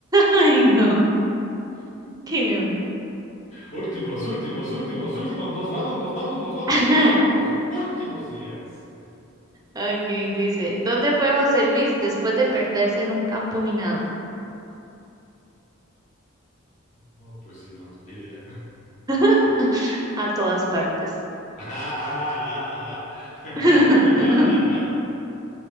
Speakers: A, on the right; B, on the left.
A: Ay, no. Qué...
B: Últimos, últimos, últimos, últimos, nos vamos, nos vamos, nos vamos,
A: <laughs>
B: nos vamos. Últimos días.
A: Ok, dice, ¿dónde fue José Luis después de perderse en un campo minado?
B: No, pues sí, no, ni idea.
A: <laughs> A todas partes.
B: <laughs>
A: <laughs>